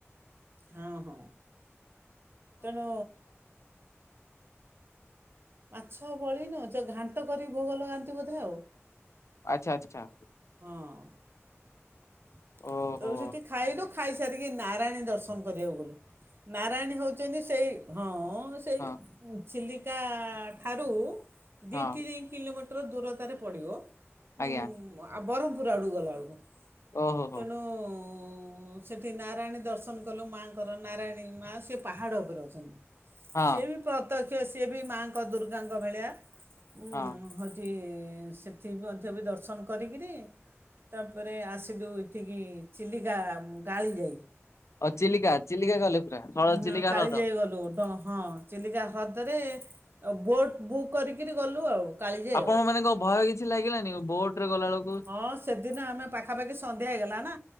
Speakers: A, on the right (about 50°); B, on the left (about 75°).
A: ହଁ ହଁ। ତେଣୁ ମାଛ ବଳି ନ ଯ ଘାଣ୍ଟ କରି ଭୋଗ ଲଗାନ୍ତି ବୋଧେ ଆଉ।
B: ଆଛା ଆଛା।
A: ହଁ।
B: ଓହୋ
A: ତାପରେ ସେଠି ଖାଇଲୁ ଖାଇସାରିକି ନାରାୟଣୀ ଦର୍ଶନ କରିବାକୁ ଗଲୁ। ନାରାୟଣୀ ହେଉଛନ୍ତି ସେଇ ହଁ-ଅ-ଅ ହ ସେଇ
B: ହଁ
A: ଚିଲିକା-ଆ-ଆ-ଆ ଠାରୁ ଦି
B: ହଁ
A: ତିନି କିଲୋମିଟର ର ଦୂରତାରେ ପଡିବ। ହୁଁ
B: ଆଜ୍ଞା
A: ଆ ବରହପୁର ଆଡ଼ୁ ଗଲା ଆଳକୁ।
B: ଓହୋ ହୋ
A: ତେଣୁ-ଉ-ଉ-ଉ ଉ ସେଠି ନାରାୟଣୀ ଦର୍ଶନ କଲୁ ମା ଙ୍କର ନାରାୟଣୀ ମା ସେ ପାହାଡ଼ ଉପରେ ଅଛନ୍ତି।
B: ହଁ
A: ସେ ବି ପ୍ର ପ୍ରତ୍ୟକ୍ଷ ସିଏ ବି ମାଙ୍କ ଦୁର୍ଗାଙ୍କ ଭଳିଆ। ହୁଁ
B: ହଁ ଆଉ
A: ହଜି ଇ-ଇ-ଇ ସେଠି ମଧ୍ୟ ବି ଦର୍ଶନ କରିକିରି ତାପରେ ଆସିଲୁ ଏଠିକି ଚିଲିକା ଗାଳି ଯାଇ।
B: ଚିଲିକା ଚିଲିକା ଗଲେ ପୁରା ହଳ
A: ଉ ହଁ
B: ଚିଲିକା
A: କାଳିଜାଇ
B: ହ୍ରଦ
A: ଗଲୁ। ଦ ହଁ ଚିଲିକା ହ୍ରଦରେ ବୋଟ୍ ବୁକ୍ କରିକିରି ଗଲୁ ଆଉ। କାଳିଜାଇ
B: ଆପଣ
A: ଆଉ
B: ମାନେଙ୍କ ଭୟ କିଛି ଲାଗିଲାନି ବୋଟରେ ଗଲାବେେଳକୁ
A: ହଁ ସେଦିନ ଆମେ ପାଖାପାଖି ସନ୍ଧ୍ୟା ହେଇଗଲା ନା